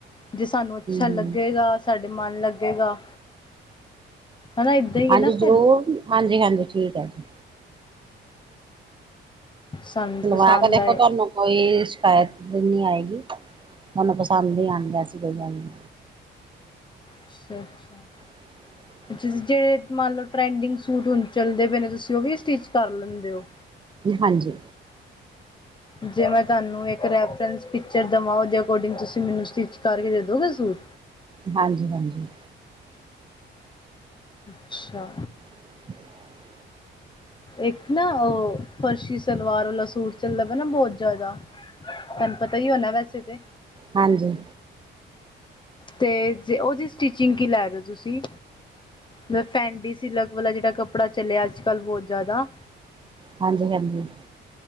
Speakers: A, on the left (about 25°); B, on the right (about 25°).
A: ਜੇ ਸਾਨੂੰ ਅੱਛਾ ਲੱਗੇਗਾ,
B: ਹੂੰ
A: ਸਾਡੇ ਮਨ ਲੱਗੇਗਾ ਹਨਾ ਏਦਾਂ ਹੀ
B: ਹਾਂਜੀ
A: ਹੈ ਨਾ
B: ਜ਼ਰੂਰ,
A: ਫਿਰ
B: ਹਾਂਜੀ ਹਾਂਜੀ ਠੀਕ ਐ ਜੀ।
A: ਸਾਨੂੰ
B: ਸਿਲਵਾ
A: ਪਸੰਦ
B: ਕੇ ਦੇਖੋ
A: ਆਏ
B: ਤਆਨੂੰ। ਕੋਈ ਸ਼ਿਕਾਇਤ ਨ੍ਹੀਂ ਆਏਗੀ। ਤੁਹਾਨੂੰ ਪਸੰਦ ਈ ਆਂਦਾ ਐਸੀ ਕੋਈ ਗੱਲ ਨ੍ਹੀਂ।
A: ਅੱਛਾ ਅੱਛਾ।
B: <unintelligible>
A: ਜਿਸ ਜਿਹੜੇ ਮੰਨ ਲਓ ਟਰੈਂਡਿੰਗ ਸੂਟ ਹੁਣ ਚੱਲਦੇ ਪਏ ਨੇ, ਤੁਸੀਂ ਉਹ ਵੀ ਸਟਿਚ ਕਰ ਲੈਂਦੇ ਹੋ?
B: ਹਾਂਜੀ।
A: ਜੇ ਮੈਂ ਤੁਹਾਨੂੰ ਇੱਕ ਰੈਫਰੈਂਸ ਪਿਕਚਰ ਦੇਵਾਂ ਉਹਦੇ ਅਕੋਰਡਿੰਗ ਤੁਸੀਂ ਮੈਨੂੰ ਸਟੀਚ ਕਰਕੇ ਦੇ ਦੋਗੇ ਸੂਟ
B: ਹਾਂਜੀ ਹਾਂਜੀ।
A: ਅੱਛਾ।
B: <inaudible>
A: ਇੱਕ ਨਾਂ ਉਹ ਫਰਸ਼ੀ ਸਲਵਾਰ ਵਾਲਾ ਸੂਟ ਚੱਲਦਾ ਪਆਨਾਂ ਬਹੁਤ ਜ਼ਿਆਦਾ, ਤੁਹਾਨੂੰ ਪਤਾ ਹੀ ਹੋਣਾ ਵੈਸੇ ਤੇ।
B: ਹਾਂਜੀ।
A: ਤੇ ਜੇ ਉਹਦੀ ਸਟਿਚਿੰਗ ਕੀ ਲੈ ਰਹੇ ਹੋ ਤੁਸੀਂ? ਫ ਫੈਂਡੀ ਸਿਲਕ ਵਾਲਾ ਜਿਹੜਾ ਕੱਪੜਾ ਚੱਲਿਆ ਅੱਜ-ਕੱਲ੍ਹ ਬਹੁਤ ਜ਼ਿਆਦਾ
B: ਹਾਂਜੀ ਹਾਂਜੀ।